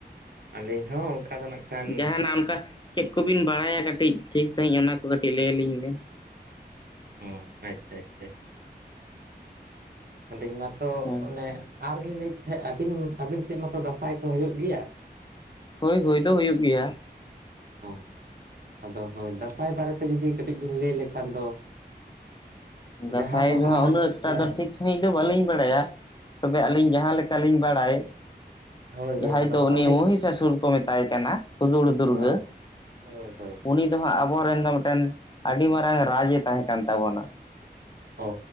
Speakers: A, on the right; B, on the left.
A: ᱟᱹᱞᱤᱧ ᱦᱚᱸ ᱚᱱᱠᱟ ᱫᱚ ᱱᱟᱜ ᱠᱷᱟᱱ
B: ᱡᱟᱦᱟᱱᱟᱜ ᱚᱱᱠᱟ ᱪᱮᱫ ᱠᱚᱵᱤᱱ ᱵᱟᱲᱟᱭᱟ ᱚᱱᱟ ᱠᱟᱹᱴᱤᱡ ᱴᱷᱤᱠ ᱥᱟᱹᱦᱤᱡ ᱚᱱᱟ ᱠᱚ ᱠᱟᱹᱴᱤᱡ ᱞᱟᱹᱭ ᱟᱹᱞᱤᱧ ᱵᱮᱱ
A: ᱦᱚᱸ ᱟᱪᱪᱷᱟ ᱟᱪᱪᱷᱟ ᱟᱪᱷᱟ ᱟᱫᱟᱹᱧ ᱢᱟᱛᱚ
B: ᱦᱮᱸ
A: ᱚᱱᱮ ᱟᱨ ᱞᱤᱧ ᱞᱟᱹᱭᱮᱫ ᱛᱟᱦᱮᱸᱫ ᱟᱵᱤᱱ ᱟᱹᱵᱤᱱ ᱥᱮᱫ ᱢᱟᱛᱚ ᱫᱟᱥᱟᱭ ᱠᱚ ᱦᱩᱭᱩᱜ ᱜᱮᱭᱟ?
B: ᱦᱳᱭ ᱦᱳᱭ ᱫᱚ ᱦᱩᱭᱩᱜ ᱜᱮᱭᱟ᱾
A: ᱚ ᱟᱫᱚ ᱦᱳᱭ ᱫᱟᱸᱥᱟᱭ ᱵᱟᱨᱮᱛᱮ ᱡᱩᱫᱤ ᱠᱟᱹᱴᱤᱡ ᱵᱤᱱ ᱞᱟᱹᱭ ᱞᱮᱠᱷᱟᱱ ᱫᱚ ᱡᱟᱦᱟᱸ
B: ᱫᱟᱸᱥᱟᱭ
A: ᱦᱚᱸᱜᱼᱚᱭ
B: ᱫᱚ ᱦᱟᱸᱜ ᱩᱱᱟᱹᱜ ᱴᱟᱜ
A: ᱦᱮᱸ
B: ᱫᱚ ᱴᱷᱤᱠ ᱥᱟᱺᱦᱤᱡ ᱫᱚ ᱵᱟᱹᱞᱤᱧ ᱵᱟᱲᱟᱭᱟ ᱛᱚᱵᱮ ᱟᱹᱞᱤᱧ ᱡᱟᱦᱟᱸ ᱞᱮᱠᱟᱞᱤᱧ ᱵᱟᱲᱟᱭ
A: ᱦᱳᱭ ᱦᱳᱭ
B: ᱡᱟᱦᱟᱸᱭ
A: ᱟᱫᱚ
B: ᱫᱚ
A: ᱦᱚᱸᱜᱼᱚᱭ
B: ᱩᱱᱤ
A: ᱞᱤᱧ
B: ᱢᱚᱦᱤᱥᱟᱥᱩᱨ ᱠᱚ ᱢᱮᱛᱟᱭ ᱠᱟᱱᱟ ᱦᱩᱫᱩᱲ ᱫᱩᱨᱜᱟᱹ
A: ᱦᱮᱸ
B: ᱩᱱᱤ
A: ᱦᱳᱭ ᱦᱳᱭ
B: ᱩᱱᱤ ᱫᱚ ᱦᱟᱸᱜ ᱟᱵᱚᱨᱮᱱ ᱫᱚ ᱢᱤᱫᱴᱮᱱ ᱟᱹᱰᱤ ᱢᱟᱨᱟᱝ ᱨᱟᱡᱽ ᱮ ᱛᱟᱦᱮᱸ ᱠᱟᱱ ᱛᱟᱵᱚᱱᱟ᱾
A: ᱚ